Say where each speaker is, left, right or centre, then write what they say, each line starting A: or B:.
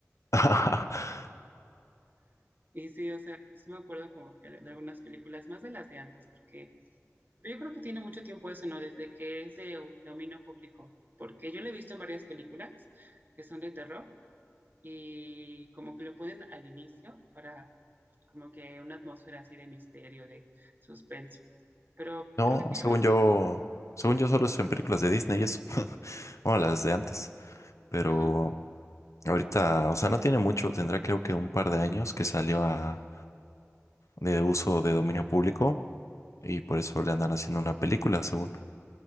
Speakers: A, on the left; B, on the right.
A: <laughs>
B: Y sí, o sea, sí me acuerdo como que de algunas películas, más de las de antes, porque Pero yo creo que tiene mucho tiempo eso, ¿no? Desde que es de u- dominio público, porque yo lo he visto en varias películas que son de terror y como que lo ponen al inicio para como que una atmósfera así de misterio, de suspenso. Pero
A: No,
B: creo que te
A: según
B: lleva bastante.
A: yo, según yo solo es en películas de Disney y eso. <laughs> Bueno, las de antes. Pero
B: Ajá.
A: ahorita, o sea, no tiene mucho, tendrá creo que un par de años que salió a- de uso de dominio público y por eso le andan haciendo una película, según.